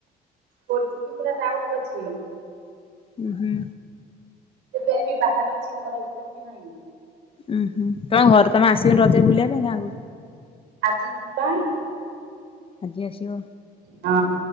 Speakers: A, on the right; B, on the left.
A: ଫୋର ଜିବି ପୁରା ଡାଉନ୍ ଅଛି।
B: ହୁ ହୁଁ।
A: ଏବେ ବି ବାହାରେ ଅଛି ଘର ଭିତରେ ବି ନାହିଁ।
B: ଉୁଁ ହୁଁ ତମ ଘରେ ତମେ ଆସ୍ ରଜରେ ବୁଲିବା ପାଇଁଁ ଗାଁ କୁ
A: ଆଜି ପାଇଁ
B: ଆଜି ଆସିିବ
A: ହଁ।